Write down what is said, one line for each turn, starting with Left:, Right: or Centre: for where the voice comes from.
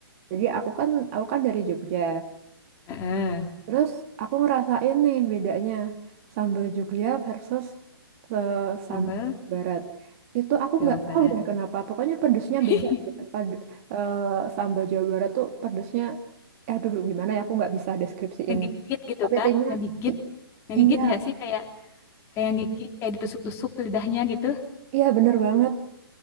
Right: Jadi aku kan aku kan dari Jogja.
Left: Heeh.
Right: Terus aku ngerasain nih bedanya sambal Jogja versus eh, sambal
Left: Sambal
Right: Jawa Barat. Itu aku
Left: Jawa
Right: nggak
Left: Barat.
Right: tahu deh kenapa. Pokoknya pedesnya
Left: <laughs>
Right: beda. aja. Pad- eh, sambal Jawa Barat tuh pedesnya, eh, aduh gimana ya aku nggak bisa deskripsiin.
Left: Ngegigit gitu,
Right: Tapi
Left: Kak.
Right: intinya
Left: Ngegigit.
Right: i-
Left: Ngegigit
Right: iya,
Left: nggak sih? Kayak kayak gigit, kayak ditusuk-tusuk lidahnya gitu.
Right: iya bener banget.